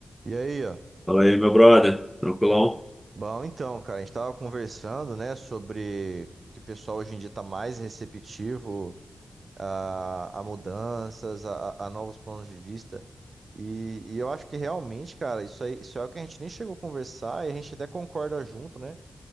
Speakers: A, on the right (about 55°); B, in the centre.
A: E aí, ó.
B: Fala aí, meu brother. Tranquilão?
A: Bom, então, cara, a gente tava conversando, né, sobre que o pessoal hoje em dia tá mais receptivo a, a mudanças, a, a- a novos pontos de vista. E, e eu acho que realmente, cara, isso aí, isso é algo que a gente nem chegou a conversar e a gente até concorda junto, né?